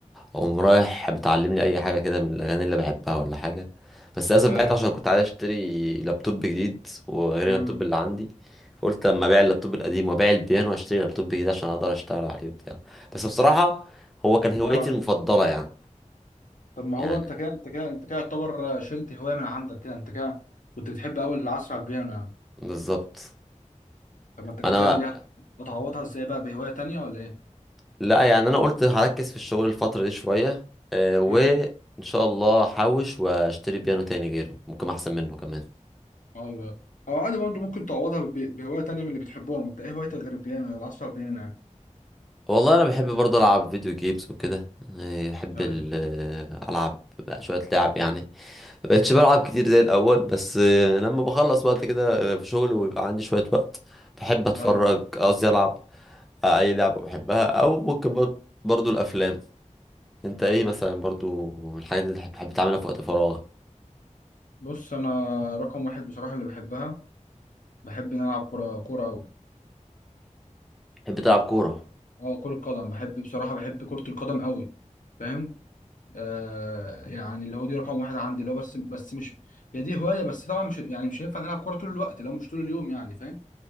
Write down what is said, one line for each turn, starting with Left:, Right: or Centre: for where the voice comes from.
Centre: اقوم رايح متعلم لي اي حاجة كده من الاغاني اللي بحبها ولا حاجة بس للاسف
Left: ايوه
Centre: بعت عشان كنت عايز اشتري لابتوب جديد وغير
Left: امم
Centre: اللابتوب اللي عندي فقلت اما ابيع اللابتوب القديم وابيع البيانو واشتري لابتوب جديد عشان اقدر اشتغل عليه وبتاع بس بصراحة هو كان هوايتي
Left: اه
Centre: المفضلة يعني
Left: طب ما
Centre: يعني
Left: هو انت كده انت كده انت كده يعتبر شلت هوايه من عندك كده انت كده كنت بتحب قوي العصر على البيانو يعني
Centre: بالظبط
Left: طب ما انت كده
Centre: انا
Left: تعمل ايه هتعوضها ازاي بقى بهوايه تانية ولا ايه
Centre: لا يعني انا قلت هركز في الشغل الفترة دي شوية آه، وان
Left: امم
Centre: شاء الله هحوش واشتري بيانو تاني غيره ممكن احسن منه كمان
Left: ايوه او عادي برضه ممكن تعوضها ب- بهوايه تانية من اللي بتحبهم انت ايه هوايتك غير البيانو ولا العصر على البيانو يعني
Centre: والله انا بحب برضه العب فيديو جيمز وكده آه، بحب
Left: ايوه
Centre: ال- آه، العب بقى شوية لعب يعني مبقتش بلعب كتير زي الاول بس آه، لما بخلص وقت كده آه، في شغل ويبقى عندي شوية وقت بحب اتفرج
Left: ايوه
Centre: قصدي العب آه، اي لعبة بحبها او ممكن بر- برضه الافلام انت ايه مثلا برضه الحاجات اللي بتحب بتحب تعملها في وقت فراغك
Left: بص انا رقم واحد بصراحه اللي بحبها بحب ان أنا العب كوره كوره قوي
Centre: بتحب تلعب كورة
Left: اه كره قدم بحب بصراحه بحب كره القدم قوي فاهم آه يعني اللي هو دي رقم واحد عندي اللي هو بس بس مش هي دي هوايه بس طبعا مش يعني مش هينفع نلعب كوره طول الوقت لو مش طول اليوم يعني فاهم